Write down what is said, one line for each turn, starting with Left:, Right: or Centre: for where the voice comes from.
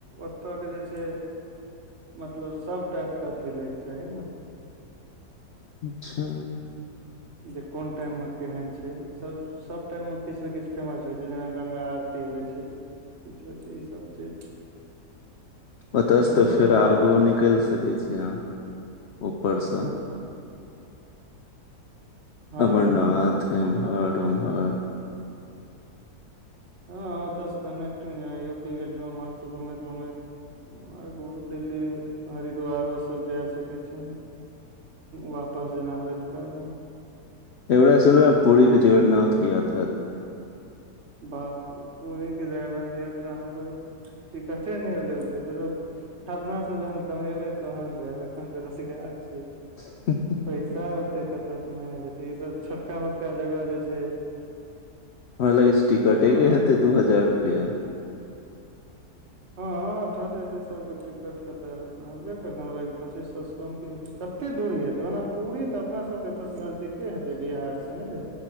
Right: ओतऽ के जे छै मतलब सब टाइप के अथी लैके चाही नऽ
Left: अच्छा
Right: जे कोन टाइममे केहन छै सब सभ टाइममे किछ नऽ किछ फेमस होइ छै जेना गंगा आरती होइ छै किछु होइ छै ईसभ चीज
Left: ओतयसँ
Right: घूमे
Left: तऽ फेर
Right: वाला
Left: आगू
Right: आउ
Left: निकलि सकै छी अहाँ ऊपरसँ
Right: कतऽ हँ
Left: अमरनाथ एम्हर उम्हर
Right: हँ ओतए सँ कनेक्टिंग जेना यू पी गेलही उम्हर से घुमैत घुमैत आगू दिल्ली हरिद्वारोसभ जा सकै छिन वापस जेना होइत कालमऽ
Left: एवेरा चलू पुरी कऽ जगन्नाथ याता
Right: बाप रे पुरी के जगन्नाथ यात्रा हमर टिकटे नहि लेल होय छैय अपना सब जहन कमेबै तहन जायब एखन बेरोजगार छियै
Left: <unintelligible>
Right: पैसा होते कतौऽ से मगल जेते ई सब छोटका मोटका जगह जे छैय
Left: हमरा लाग छै टिकटे
Right: मे
Left: के हेते दू हजार रुपया
Right: हँ ठड एसी सब कऽ टिकट क तऽ हेबे करतऽ हमरा लगेय पच्चीस सए कम की हेत कते दूरी हेतै ओना पूरी तऽ अपना सबके एतऽ सऽ नजदीके हेतै बिहार सऽ ने रे